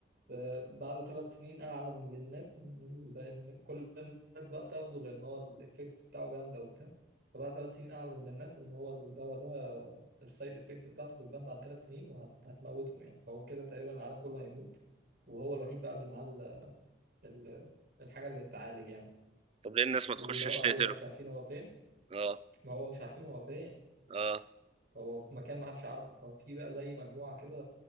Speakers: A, on the right (about 60°); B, on the right (about 35°).
A: آه، بعد ثلاث سنين اعلم للناس ان ال- ان كل الناس بقى بتاخده لان هو الايفكتس بتاعه جامده وبتاع فبعد ثلاث سنين اعلم للناس ان هو الدواء ده السايد افكت بتاعته بتبان بعد ثلاث سنين وهتموتهم يعني فهو كده تقريبا العالم كله هيموت وهو الوحيد بقى اللي معاه ال- ال- الحاجه اللي تتعالج يعني
B: طب ليه الناس ما
A: وبيدوروا
B: تخشش تقتله
A: عليه بقى مش عارفين هو فين
B: اه
A: ما هو مش عارفين هو فين
B: اه
A: هو في مكان ما حدش عارفه ففي بقى زي مجموعه كده